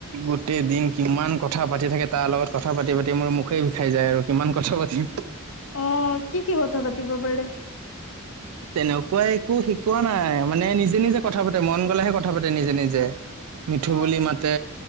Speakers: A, on the right; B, on the left.
A: গোটেই দিন কিমান কথা পাতি থাকে তাৰ লগত কথা পাতি পাতি মোৰ মুখেই বিষাই যায় আৰু কিমান কথা পাতিম।
B: অ কি কি কথা পাতিব পাৰে।
A: তেনেকুৱা একো শিকোৱা নাই। মানে নিজে নিজে কথা পাতে মন গলেহে কথা পাতে নিজে নিজে। মিঠু
B: অ
A: বুলি মাতে,